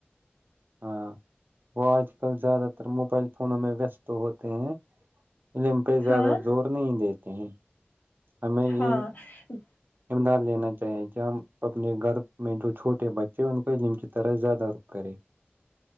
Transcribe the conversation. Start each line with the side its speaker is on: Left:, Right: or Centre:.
Right: ہاں وہ آج کل زیادہ تر موبائل فونوں میں ویست ہوتے ہیں انم پہ زیادہ
Left: ہاں
Right: زور نہیں دیتے ہیں ہمیں یہ
Left: ہاں ہی
Right: امداد لینا چاہیے کہ ہم اپنے گھر میں جو چھوٹے بچے ان کو علم کی طرح زیادہ رخ کرے